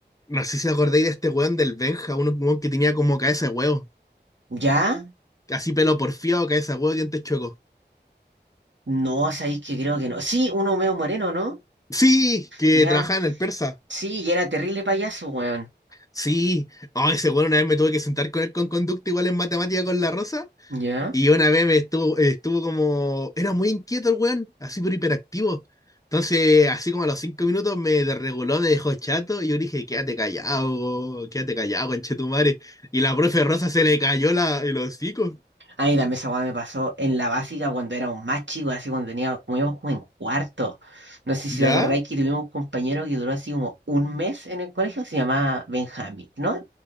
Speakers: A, on the left; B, on the right.
A: no sé si acordáis de este weón del Benja, un weón que tenía como cabeza de huevo.
B: Ya,
A: Así pelo porfiado, cabeza de huevo, dientes chuecos.
B: no, sabéis que creo que no. Sí, uno medio moreno, ¿no?
A: Sí, que
B: Ya,
A: trabajaba en el persa.
B: sí, y era terrible payaso, weón.
A: Sí. Oh, ese weón una vez me tuve que sentar con él con conducta igual en matemática con la rosa.
B: Ya.
A: Y una vez me estuvo, estuvo como, era muy inquieto el weón, así pero hiperactivo. Entonces, así como a los cinco minutos me desreguló, me dejó chato, y yo dije, quédate callado, quédate callado, conchetumare. Y la profe Rosa se le cayó la, el hocico.
B: A mí también esa weá me pasó en la básica cuando era un más chico, así cuando tenía, como íbamos como en cuarto. No sé si
A: ¿Ya?
B: te acordáis que tuvimos un compañero que duró así como un mes en el colegio, se llamaba Benjamín, ¿no?